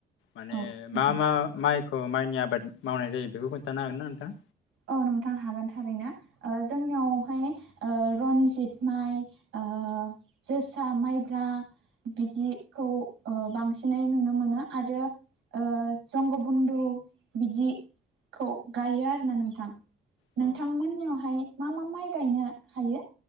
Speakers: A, on the left; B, on the right.
A: माने
B: औ नोंथां
A: मा मा माइ खौ मायनि आबाद मावनाय जायो बेखौ खोन्थानो हागोनना नोंथाङा?
B: औ नोंथां हागोन थारैनो। ओ जोंनियावहाय ओ रन्जित माइ ओ जोसा माइब्रा बिदिखौ ओ बांसिनै नुनो मोनो आरो ओ जंग बन्धु बिदिखौ गायो आरोना नों थां
A: औ
B: नोंथांमोननियावहाय मा मा माइ गायनो हायो